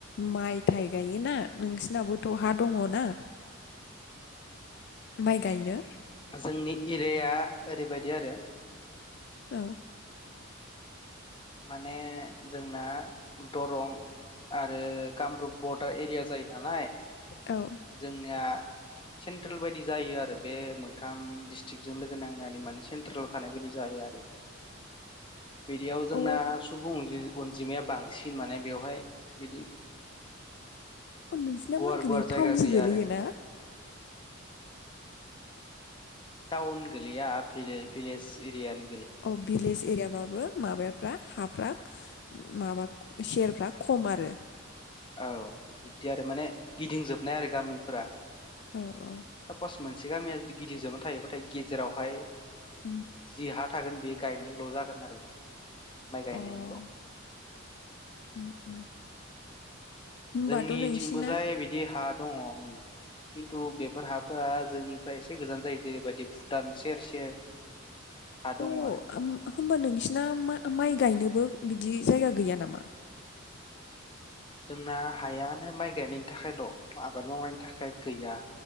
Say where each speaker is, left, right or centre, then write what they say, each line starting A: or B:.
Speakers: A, on the left (about 55°); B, on the left (about 25°).
A: माइ थाइ गायोना नोंसिनाबोथ' हा दङ ना? माइ गायनो
B: जोंनि। जेया ओरैबायदि आरो।
A: औ।
B: माने जोंना दरं आरो कामरुप बरदार एरिया जायो नालाय
A: औ
B: जोंनिया सेन्ट्रेल बायदि जायो आरो बे मोनथाम डिस्ट्रिक्जों लोगो नांनानै माने सेन्ट्रेल थानाय बायदि जायो आरो। बिदियाव
A: अ
B: जोंना सुबुं अनजिमाया बांसिन माने बेवहाय बिदि
A: अ नोंसिना
B: गुवार
A: मा गोलैयो?
B: गुवार जायगा
A: टाउनसो
B: गैया
A: गोलैयोना।
B: आरो टाउन गोलैया भिलेज एरियानि
A: अ भिलेज एरिया। ओमबाबो माबाफ्रा हाफ्रा माबा सेरफ्रा खम आरो
B: औ। बिब्दि आरो माने गिदिंजोबनाय आरो गामिफोरा
A: आरो गामिफोरा
B: सापास मोनसे गामिया जुदि गिदिंजोबनानै थायोबा। नाथाय गेजेरावहाय
A: गेजेरावहाय
B: जि हाद थागोन बेयो गायनायनिल जागोन आरो माइ गायनायनिल
A: उम अ उम उम होमबाथ'
B: जोंनिथिंबोजाय
A: नोंसिना
B: बिदि हा दङ खिथु बे हाफोरा जोंनिफ्राय एसे गोजान जायो जेरैबायदि भुटान सेर सेर हा दङ
A: अ
B: आरो।
A: ओम होमबा नोंसिना माइ माइ गायनोबो बिदि जायगा गैया नामा?
B: जोंना हायानो माइ गायनायनि थाखायल आबाद मावनायनि थाखाय गैया।